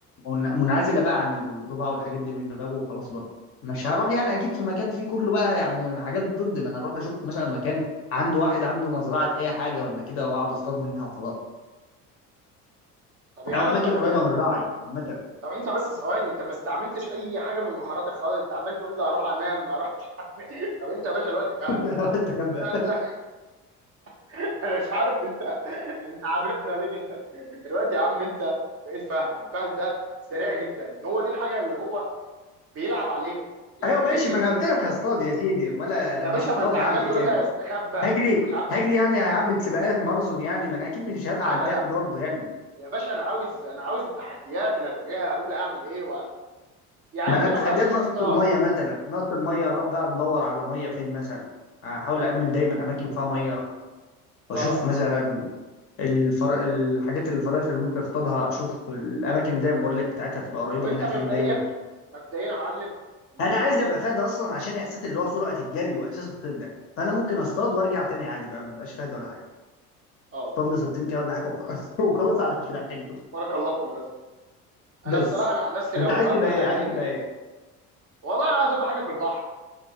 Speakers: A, on the left; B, on the right.
A: من- منعزله بقى عن الضباع والحاجات دي من بابه وخلاص برضه مش هروح يعني اكيد في مكان فيه كله بقى يعني حاجات ضد ما انا اروح اشوف مثلا مكان عنده واحد عنده مزرعه اي حاجه ولا كده واقعد اصطاد منها وخلاص
B: طب يا عم
A: او اماكن
B: طب انت
A: قريبه من الراعي عامه
B: طب انت بس ثواني انت ما استعملتش اي حاجه من مهاراتك خالص انت عمال تقول لي هروح انام هروح مش عارف إيه. طب انت يا باشا الوقت فهد
A: <laughs> أروح استخبى
B: فهد ده- <laughs> انا مش عارف انت انت عرفتنا ليه كده الوقت يا عم انت بقيت فهد الفهد ده سريع جدا هو دي الحاجه اللي هو بيلعب عليها يعني
A: ايوه
B: فاهمني
A: ماشي ما انا قلت لك هصطاد يا سيدي امال ما
B: يا
A: انا
B: باشا
A: هصطاد
B: ما انت عمال
A: اعمل ايه
B: تقول
A: تاني
B: لي هستخبى
A: هجري
B: ومش عارف
A: هجري
B: ايه
A: يعني هعمل سباقات ماراثون يعني ما انا اكيد مش هبقى
B: يا عم
A: عداء
B: انا
A: برضه يعني
B: يا باشا انا عاوز انا عاوز التحديات اللي هتواجهها هقول لها هعمل ايه و... يعني
A: ما
B: انت
A: انا التحديات
B: مثلا هتروح
A: نقص
B: تصطاد
A: الميه مثلا نقص الميه نروح بقى ندور على ميه فين مثلا احاول امن دايما اماكن فيها ميه
B: اه
A: واشوف مثلا الفر... الحاجات اللي الفرائس اللي ممكن اصطادها اشوف الاماكن زي ما بقول لك بتاعتها تبقى قريبه
B: طب انت
A: منها
B: مبدئيا
A: فين دايما
B: مبدئيا يا معلم انت
A: انا
B: مبدئيا
A: عايز ابقى فاد
B: ك...
A: اصلا عشان احساس اللي هو سرعه الجري واحساس الصيد ده فانا ممكن اصطاد وارجع تاني عادي بقى مبقاش فاد ولا حاجه
B: اه
A: اصطاد لي 60 كده ولا حاجه وخلاص <laughs> وخلاص على كده حلو
B: بارك الله في المرزق انا
A: بس
B: بصراحه انا عن نفسي لو
A: انت عايز
B: هفتح
A: تبقى ايه
B: عيني
A: عايز تبقى ايه
B: والله انا عاوز ابقى حاجه في البحر